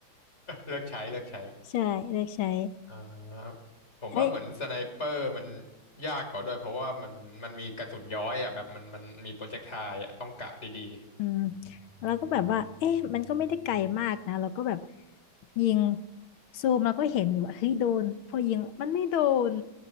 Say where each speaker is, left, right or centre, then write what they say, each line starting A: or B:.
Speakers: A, on the left; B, on the left.
A: เลิกใช้เลิกใช้
B: ใช่เลิกใช้
A: เอ่อผมว่าเหมือนสไนเปอร์มัน
B: เอ้ย
A: ยากกว่าด้วยเพราะว่ามันมันมีกระสุนย้อยอ่ะแบบมันมันมีโปรเจกไทล์อ่ะต้องกะดี
B: อืมเราก็แบบว่าเอ๊ะมันก็ไม่ได้ไกลมากนะเราก็แบบยิงซูมเราก็เห็นอยู่ว่าเฮ้ยโดนพอยิงมันไม่โดน